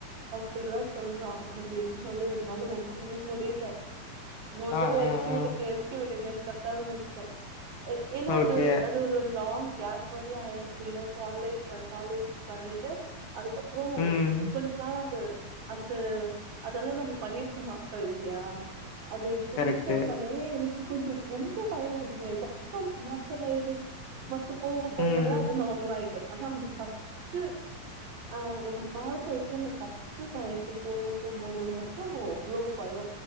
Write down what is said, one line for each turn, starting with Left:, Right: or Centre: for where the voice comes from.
Right: அப்டிதா சொல்றாங் பட் இருந்தாலு என்னால ஒண்ணுமே முடியல மொதல்ல
Left: ஆ ஆ
Right: எற்க்கி
Left: ஆ
Right: விடுங்க விடுங்க அது கத்தாது <unintelligible> ஏ ஏனா அது
Left: ஓகே
Right: அது ஒரு லாங் கேப் மாரி ஆயிடுச்சில்ல காலே அ காலேஜ் பண்ணிட்டு அதுக்கப்றோ
Left: ம்
Right: கொஞ்ச நாள் அந்த அந்த அதெல்லா நம்ம பண்ணிருக்க மாட்டோ இல்லியா அது புதுசா
Left: கரெக்ட்டு
Right: பண்ணவே இருக் கொஞ்சொ ரொம்ப பயொ அதிகமாயிடுச்சு அப்போவு மத்த வயது மத்த போக போகல்லா
Left: ம்
Right: அது நார்மலாயிட்டு ஆனா அந்த ஃபஸ்ட்டு அஹ் ரொம்ப நாள் கழிச்சு அந்த ஃபஸ்ட்டு <unintelligible> போம்போது மட்டு அவ்ளோ பயொ